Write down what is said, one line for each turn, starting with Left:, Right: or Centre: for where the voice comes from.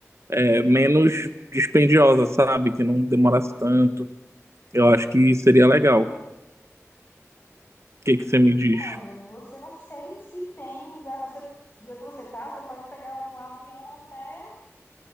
Right: é, menos dispendiosa, sabe? Que não demorasse tanto. Eu acho que seria legal. O que que você me diz?
Left: Olha, você não sei se tem, da- você, de onde você tá, você pode pegar um avião até